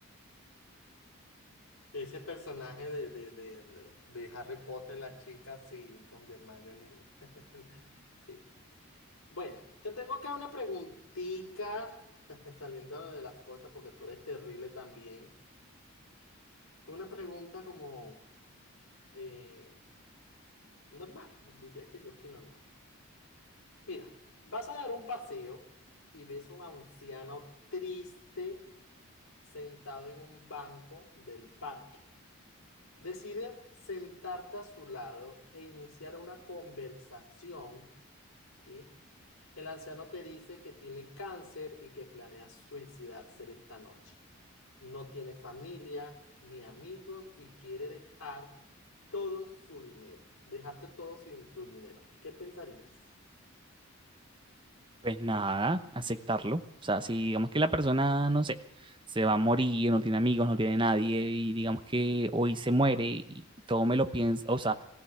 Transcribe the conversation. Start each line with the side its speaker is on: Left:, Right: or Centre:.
Left: Ese personaje de, de, de, de, de Harry Potter, la chica, sí, con Hermione. <laughs> Sí. Bueno, te tengo acá una preguntita, <laughs> saliendo de las cosas, porque tú eres terrible también. Una pregunta como eh, normal, diría que yo que normal. Mira, vas a dar un paseo y ves un anciano triste sentado en un banco del parque. Decides sentarte a su lado e iniciar una conversación, ¿sí? El anciano te dice que tiene cáncer y que planea suicidarse esta noche. no tiene familia ni amigos y quiere dejar todo su dinero, dejarte todo sin tu dinero. ¿Qué pensarías?
Right: Pues nada, aceptarlo. O sea, si digamos que la persona, no sé, se va a morir, no tiene amigos, no tiene nadie, y digamos que hoy se muere y todo me lo piensa, o sea,